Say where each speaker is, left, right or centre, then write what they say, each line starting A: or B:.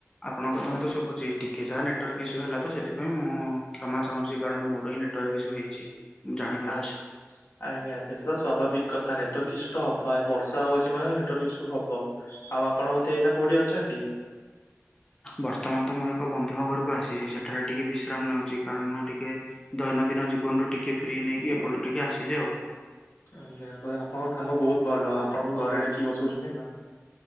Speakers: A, on the left; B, on the left.
A: ଆପଣଙ୍କ କଥା ମତେ ଶୁବୁଛି, ଟିକେ ଯାହା ନେଟୱାର୍କ ଇସୁ ହେଲା ତ ସେଥିପାଇ ମୁଁ କ୍ଷମା ଚାହୁଁଛି, କାରଣ ମୋର ଏଇଲେ ଟରୁ କିଛୁ ହେଇଛି। ମୁଁ ଜାଣିପାରୁଛି
B: ଆ ଆଜ୍ଞା, ସେଥୁର ସ୍ୱାଭାବିକ କଥା ନେଟୱାର୍କ ଈଶୁ ତ ହ ପ୍ରାଏ ବର୍ଷା ହଉ ଚି ମାନେ ନେଟୱର୍କ ଇସୁ ହବ ଆଉ ଆପଣ ବୋଧେ ଏଇ ନା କୋଉଠି ଅଛନ୍ତି?
A: ବର୍ତ୍ତମାନ ତ ମୁଁ ଏକ ବନ୍ଧୁଙ୍କ ଘରକୁ ଆସିଛି ସେଠାରେ ଟିକେ ବିଶ୍ରାମ ନେଉଛି କାରନ ଟିକେ ଦୈନଦିନ ଜୀବନରୁ ଟିକେ ଫ୍ରି ନେଇକି ଏପଟୁ ଟିକେ ଆସିଲେ ଆଉ
B: ଆଜ୍ଞା ଅପରେ ଆପଣଙ୍କ ସାଙ୍ଗ ବହୁତ ଭଲ ଆପଣଙ୍କୁ ଘରେ ଡାକି ବସଉଛନ୍ତି ନା